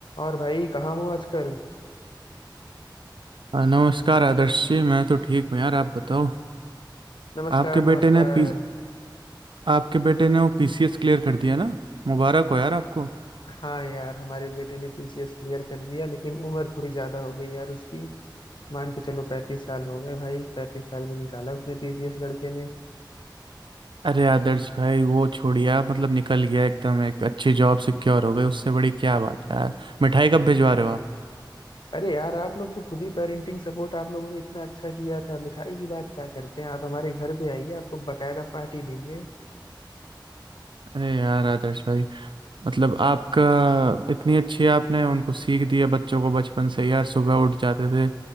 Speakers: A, on the left; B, on the right.
A: और भाई कहाँ हो आजकल
B: हाँ, नमस्कार आदर्श जी मैं तो ठीक हूँ यार आप बताओ
A: नमस्कार
B: आपके बेटे
A: नमस्कार
B: ने पी आपके बेटे ने वो पीसीएस क्लियर कर दिया ना मुबारक हो यार आपको
A: हाँ यार हमारे बेटे ने पीसीएस क्लियर कर दिया लेकिन उम्र थोड़ी ज्यादा हो गई यार उसकी मान के चलो पैंतीस साल हो गए भाई पैंतीस साल में निकाला उसने पीसीएस लड़के ने
B: अरे आदर्श भाई वो छोड़िया मतलब निकल गया एकदम एक अच्छी जॉब सिक्योर हो गई उससे बड़ी क्या बात है यार मिठाई कब भिजवा रहे हो आप
A: अरे यार आप लोग तो खुद ही पेरेंटिंग सपोर्ट आप लोगों ने इतना अच्छा किया था मिठाई की बात क्या करते हैं आप हमारे घर पे आइए आपको बकायदा पार्टी देंगे
B: अरे यार आदर्श भाई मतलब आपका इतनी अच्छी आपने उनको सीख दिया बच्चों को बचपन से यार सुबह उठ जाते थे